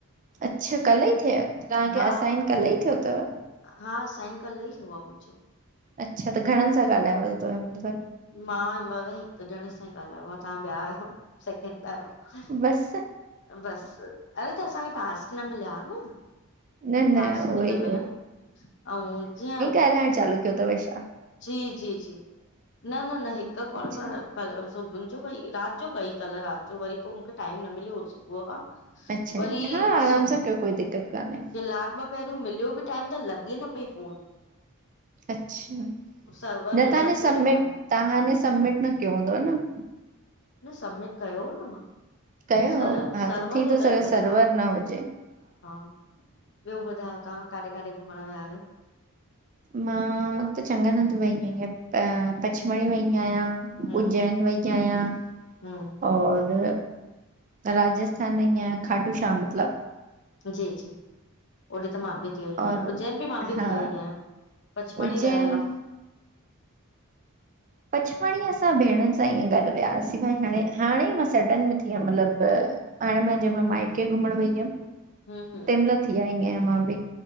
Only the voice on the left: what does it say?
हा
मां
हा साईं कल ई थियो आहे मुंहिंजो
मां हिमलताई हिकु ॼणे सां ई ॻाल्हायो आहे तव्हां ॿिया आहियो सैकिंड अहियो
बसि अरे त असांखे टास्क न मिलिया हा न
टास्क
बि त मिलनि ऐं जीअं
जी जी जी न न न हिकु कॉल
मां कल सुबुह जो भई राति जो कई कल्ह राति जो वरी पोइ मूंखे टाइम न मिल यो सुबु खां
वरी
सुब
जे लाब पहिरियों मिलियो बि टाइम त लॻे न पई फोन
सर्वर
एरर
पियो
ॾेखारे
न सबमिट कयो हो न मां
सर
सर्वरर
एरर
पेययो
ॾेखारे
हा ॿियो ॿुधायो तव्हां काॾे काॾे घुमण विया आहियो
हम्म
हम्म
जी जी ओॾे त मां बि थीआईं आहियां
उज्जैन बि मां बि
थी आई आहियां पचमणी
रहियल आह
हम्म हम्म